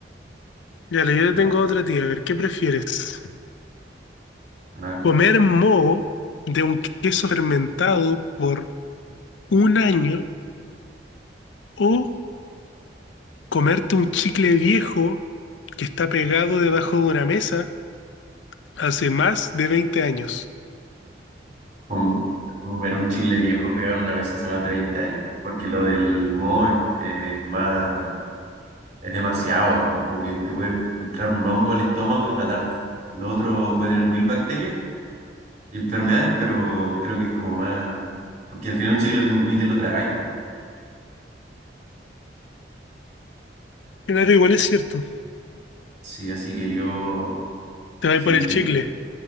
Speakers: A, on the left (about 90°); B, on the right (about 40°).
A: Ya le yo te
B: Ya,
A: tengo otra tía. A ver, ¿qué prefieres?
B: claro.
A: ¿Comer moho de un queso fermentado por un año o comerte un chicle viejo que está pegado debajo de una mesa hace más de 20 años?
B: Com- comer un chile viejo pegado una vez hace más de 20 años. Porque lo del moho es, es más, es demasiado. ¿no? Como que te puede entrar un hongo al estómago y matarte. Lo otro puede tener mil bacterias y enfermedades, pero creo que es como más, porque al final el chicle ni, ni te lo tragáis, pues.
A: Claro, igual es cierto.
B: Sí, así que yo,
A: Te vas
B: sí,
A: por el
B: que,
A: chicle.